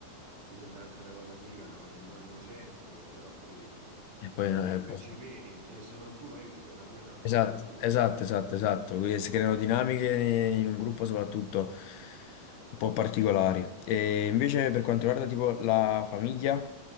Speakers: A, on the right; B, on the left.
A: ti sembra anche una cosa figa, una cosa inno- innocente, però poi ci,
B: E poi, eh,
A: ci,
B: e poi-
A: ci peni e se non tu magari ci pena pure un altro
B: Esatto,
A: amico tuo.
B: esatto, esatto, esatto. Quindi Si creano dinamiche in un gruppo soprattutto un po' particolari. E invece per quanto riguarda tipo la famiglia,